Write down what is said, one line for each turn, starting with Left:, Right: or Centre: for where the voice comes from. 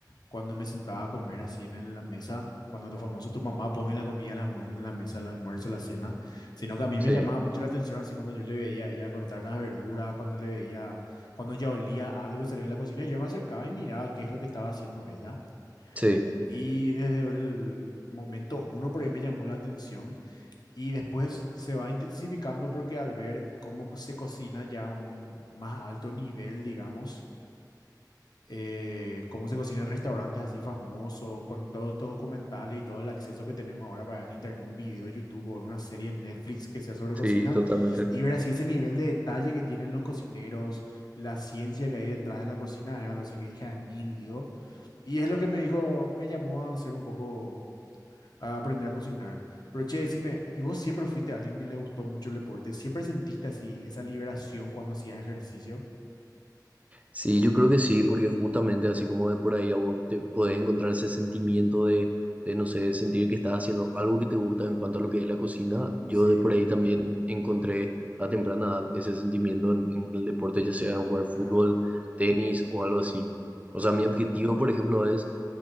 Left: cuando me sentaba a comer así en, en la mesa, cuando tu famoso, tu mamá pone la comida en la, mue- en la mesa, el almuerzo, la cena, sino que a mí
Right: Sí,
Left: me llamaba mucho la atención así cuando yo le veía a ella cortar las verduras, cuando le veía, cuando ya olía algo que salió de la cocina, yo me acercaba y miraba qué es lo que estaba haciendo ella.
Right: sí,
Left: Y desde el momento uno por ahí me llamó la atención y después se va intensificando porque al ver cómo se cocina ya a un más alto nivel, digamos, eh, cómo se cocina en restaurantes así famosos, con todos estos documentales y todo el acceso que tenemos ahora para ver en internet un video de YouTube o una serie en Netflix que sea sobre cocina,
Right: sí, totalmente.
Left: y ver así ese nivel de detalle que tienen los cocineros, la ciencia que hay detrás de la cocina, es algo así que hija de mil, digo. Y es lo que me dijo, me llamó a ser un poco a aprender a cocinar. Pero che, decime, ¿y vos siempre fuiste alguien que le gustó mucho el deporte? ¿Siempre sentiste así esa liberación cuando hacías ejercicio?
Right: Sí, yo creo que sí, porque justamente así como de por ahí a vos te podés encontrar ese sentimiento de, de, no sé, sentir que estás haciendo algo que te gusta en cuanto a lo que es la cocina, yo
Left: Sí,
Right: de por ahí también encontré a temprana edad ese sentimiento en, en el deporte, ya sea en jugar fútbol,
Left: ah,
Right: tenis o algo así. O sea, mi objetivo, por ejemplo, es